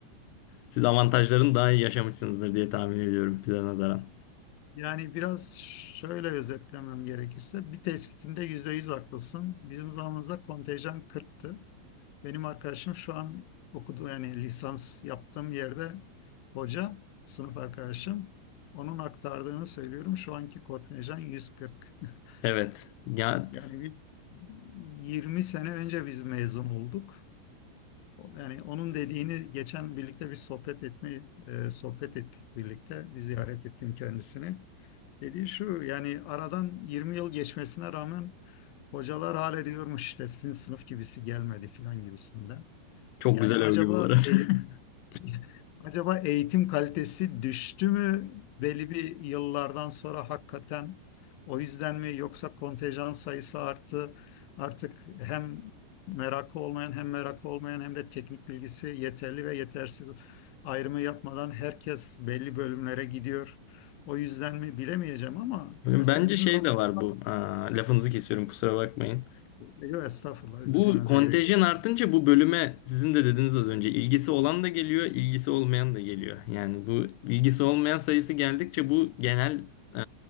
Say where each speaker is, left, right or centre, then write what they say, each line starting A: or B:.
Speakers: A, on the left; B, on the left.
A: Siz avantajlarını daha iyi yaşamışsınızdır diye tahmin ediyorum bize nazaran.
B: Yani biraz şöyle özetlemem gerekirse bir tespitinde %100 haklısın. Bizim zamanımızda kontenjan 40'tı. Benim arkadaşım şu an okuduğu yani lisans yaptığım yerde hoca, sınıf arkadaşım. Onun aktardığını söylüyorum. Şu anki kontenjan 140. <laughs>
A: Evet. Ya
B: Yani bir 20 sene önce biz mezun olduk. Yani onun dediğini geçen birlikte bir sohbet etmeyi e, sohbet ettik birlikte. Bir ziyaret ettim kendisini. Dediği şu yani aradan 20 yıl geçmesine rağmen hocalar hala diyormuş işte sizin sınıf gibisi gelmedi filan gibisinden.
A: çok
B: Yani
A: güzel
B: acaba
A: övgü bu arada.
B: el,
A: <laughs>
B: <laughs> Acaba eğitim kalitesi düştü mü belli bir yıllardan sonra hakikaten o yüzden mi yoksa kontenjan sayısı arttı artık hem merakı olmayan hem merakı olmayan hem de teknik bilgisi yeterli ve yetersiz ayrımı yapmadan herkes belli bölümlere gidiyor. O yüzden mi bilemeyeceğim ama
A: Bence
B: mesela bizim
A: şey
B: zamanımızda
A: de var bu. Aa, lafınızı kesiyorum kusura bakmayın.
B: Yok, estağfurullah özür
A: Bu
B: dilemenize
A: kontenjan
B: gerek. yok.
A: artınca bu bölüme sizin de dediniz az önce ilgisi olan da geliyor, ilgisi olmayan da geliyor. Yani bu ilgisi olmayan sayısı geldikçe bu genel e,